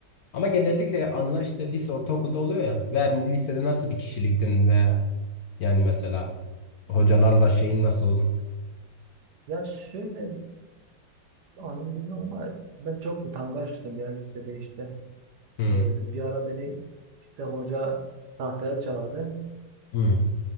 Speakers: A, on the left; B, on the right.
A: Ama genellikle anılar işte lise ortaokulda oluyor ya. Ve hani lisede nasıl bir kişiliktin ve yani mesela hocalarla şeyin nasıl oldu?
B: Ya şöyle Anım bilmiyorum ama ben çok utangaçtım ya lisede işte.
A: Hı,
B: Ee, bir ara beni işte hoca tahtaya çağırdı.
A: hı,